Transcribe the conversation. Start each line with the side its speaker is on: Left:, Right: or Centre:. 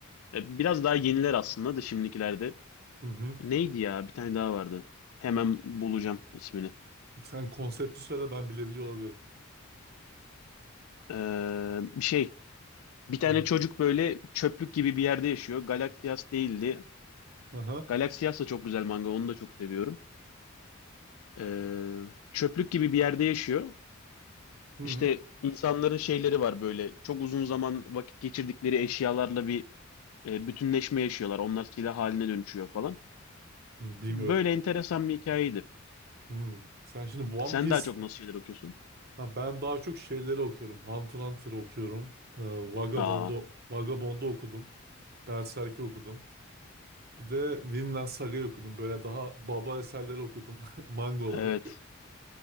Left: e, biraz daha yeniler aslında da şimdikilerde.
Right: Hı hı.
Left: Neydi ya? Bir tane daha vardı. Hemen bulacağım ismini.
Right: Sen konsepti söyle ben bilebiliyor olabilirim.
Left: Ee, bir şey. Bir tane
Right: Hı.
Left: çocuk böyle çöplük gibi bir yerde yaşıyor. Galaxias değildi.
Right: Aha.
Left: Galaxias da çok güzel manga. Onu da çok seviyorum. Ee, çöplük gibi bir yerde yaşıyor.
Right: Hı.
Left: İşte insanların şeyleri var böyle. Çok uzun zaman vakit geçirdikleri eşyalarla bir e, bütünleşme yaşıyorlar. Onlar silah haline dönüşüyor falan.
Right: Bilmiyorum.
Left: Böyle enteresan bir hikayeydi.
Right: Hmm. Sen şimdi One
Left: Sen
Right: Piece
Left: daha çok nasıl şeyler okuyorsun?
Right: ha, ben daha çok şeyleri okuyorum. Hunter x Hunter okuyorum. Ee, Vagabond'u
Left: Aa,
Right: Vagabond'u okudum. Berserk'i okudum. Bir de Vinland Saga'yı okudum. Böyle daha baba eserleri okudum <laughs> manga olarak.
Left: evet.